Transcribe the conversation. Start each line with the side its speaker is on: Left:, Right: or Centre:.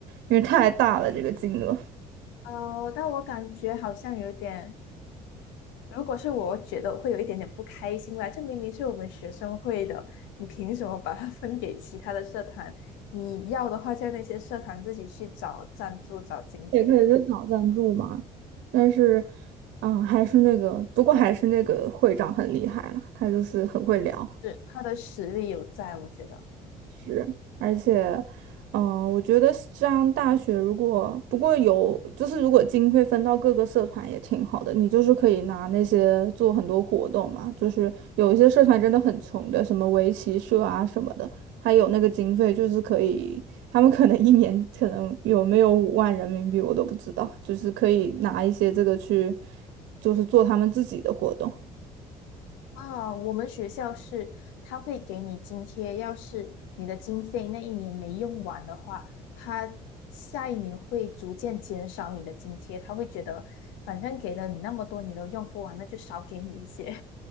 Right: 因为太大了这个金额。
Left: 哦，但我感觉好像有点。如果是我，我觉得我会有一点点不开心啦。这明明是我们学生会的，你凭什么把它分给其他的社团？你要的话，叫那些社团自己去找赞助、找津贴。
Right: 也可以去找赞助嘛。但是，嗯，还是那个，不过还是那个会长很厉害了，他就是很会聊。
Left: 是，他的实力有在，我觉得。
Right: 值而且，嗯、我觉得上大学如果不过有，就是如果经费分到各个社团也挺好的，你就是可以拿那些做很多活动嘛。就是有一些社团真的很穷的，什么围棋社啊什么的，他有那个经费，就是可以，他们可能一年可能有没有五万人民币我都不知道，就是可以拿一些这个去，就是做他们自己的活动，
Left: 啊，我们学校是他会给你津贴，要是你的经费那一年没用完的话，他下一年会逐渐减少你的津贴，他会觉得反正给了你那么多，你都用不完，那就少给你一些。